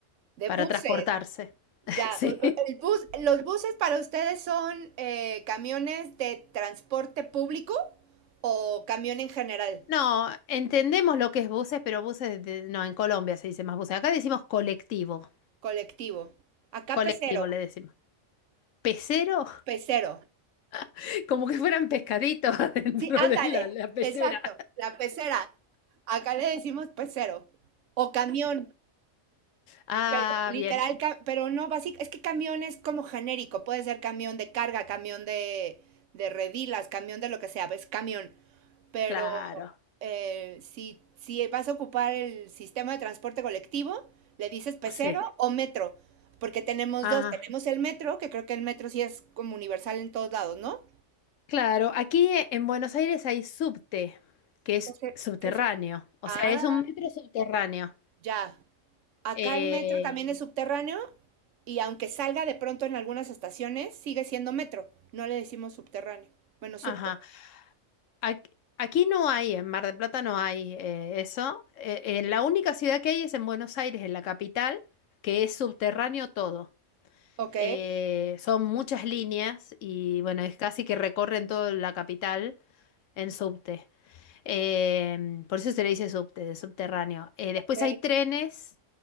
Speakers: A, on the right (about 70°); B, on the left (about 70°).
A: De
B: para
A: buses.
B: transportarse.
A: Ya,
B: <laughs> Sí.
A: o- o- el bus, los buses para ustedes son eh, camiones de transporte público o camión en general,
B: No, entendemos lo que es buses, pero buses, de- no, en Colombia se dice más buses. Acá decimos colectivo,
A: colectivo. Acá
B: colectivo
A: pecero,
B: le decimos. ¿Pecero?
A: pecero.
B: <laughs> Como que fueran pescaditos <laughs> adentro
A: Sí, ándale,
B: de la, la pecera.
A: exacto, la pecera. Acá le decimos pecero o camión,
B: Ah,
A: pero literal,
B: bien,
A: ca- pero no básico, es que camión es como genérico, puede ser camión de carga, camión de, de redilas, camión de lo que sea, es camión. pero
B: claro,
A: eh, si, si vas a ocupar el sistema de transporte colectivo, le dices pecero
B: sí.
A: o metro, porque tenemos
B: Ah,
A: dos, tenemos el metro, que creo que el metro sí es como universal en todos lados, ¿no?
B: claro, aquí en Buenos Aires hay subte, que es
A: ¿Qué es-
B: subterráneo,
A: qué es-
B: o
A: Ah,
B: sea, es un metro subterráneo.
A: ya. Acá
B: Eh,
A: el metro también es subterráneo y aunque salga de pronto en algunas estaciones, sigue siendo metro. No le decimos subterráneo. Bueno, subte.
B: ajá. Ac- Aquí no hay, en Mar del Plata no hay eh, eso. Eh, eh, la única ciudad que hay es en Buenos Aires, en la capital, que es subterráneo todo.
A: Ok.
B: Eh, son muchas líneas y bueno, es casi que recorren toda la capital en subte. Eh, por eso se le dice subte, de subterráneo. Eh, después
A: ok.
B: hay trenes,